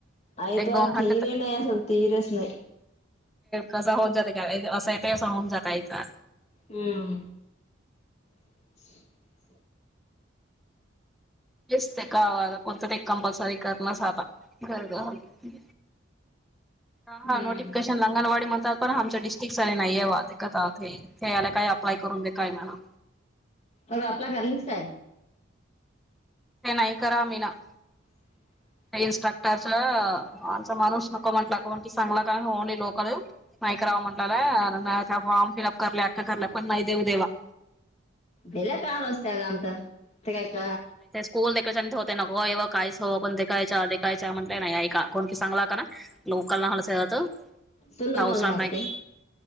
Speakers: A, on the left (about 35°); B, in the centre.
A: आ
B: एक दोन घंटे
A: ती रे नाहीं असलं तरी चं नाहीं
B: कसां होऊन जाते कां असं येतं असं होऊन जातांयचा
A: हम्मं ह <inaudible> <unintelligible>
B: दिसतं कावांता कोणतं ते कंपल्सरी करण्यांस आंता गरं झां हां हां
A: हम्म
B: नोटिफिकेशन आंगणवाडी म्हणतांत पणं आमच्यां डिस्ट्रिक्टटचाले नाहीये वां ते कथं यायंला कायं अप्ला करूंन दे कायं म्हंटला
A: मंग आपल्यां घरलीचं कायं
B: ते नाहीं करां मी नं
A: ह <inaudible> <unintelligible>
B: इन्स्ट्रक्टरच आमचां माणूंस नको म्हंटला कां म्हंण की सांगला कायं हो नाहीं लोकं नाहीं करांवा म्हटलंला त्यां फॉर्म फिलअप करले अलं पणं नाहीं देऊं देलां
A: बलां काहारं असस्तगत कांत
B: स्ल देखयच्यां ते होते नको एव कायंच हो पणं खायचं देखायच म्हंटय नाहीं एकां कोण कं चांगला कां नां लोकांना हलांत रावंस
A: तू लोकल नसते
B: राम नाहीं